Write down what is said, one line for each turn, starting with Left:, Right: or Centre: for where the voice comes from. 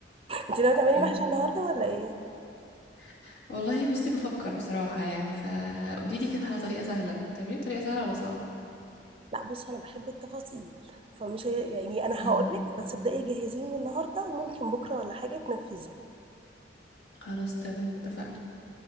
Right: انت ناويه تعملي
Left: أمم.
Right: محشي النهارده ولا ايه
Left: <laughs> والله بصي بفكر بصراحة يعني فقولي لي كده على طريقة سهلة تعملي طريقة سهلة ولا صعبة
Right: لا بصي انا بحب التفاصيل فمش هي يعني انا
Left: أمم.
Right: هقول لك بس ابداي جهزيني النهارده وممكن بكره ولا حاجه تنفذي
Left: خلاص تمام اتفقنا